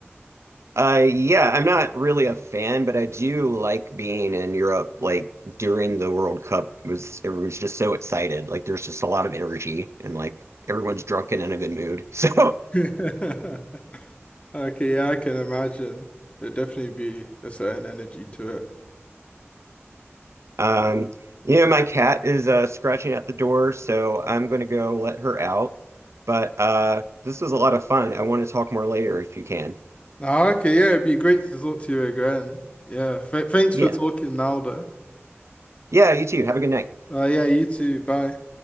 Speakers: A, on the right; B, on the left.
A: Uh, yeah, I'm not really a fan, but I do like being in Europe. Like during the World Cup was everyone's just so excited. Like there's just a lot of energy and like everyone's drunk and in a good mood. <laughs> So
B: <laughs> Okay, yeah, I can imagine. There'd definitely be a certain energy to it.
A: um, you know, my cat is uh scratching at the door, so I'm gonna go let her out. But uh this was a lot of fun. I want to talk more later if you can.
B: Ah, okay, yeah, it'd be great to talk to you again. Yeah, th thanks
A: Yeah.
B: for talking now, though.
A: Yeah, you too. Have a good night.
B: Uh, yeah, you too. Bye.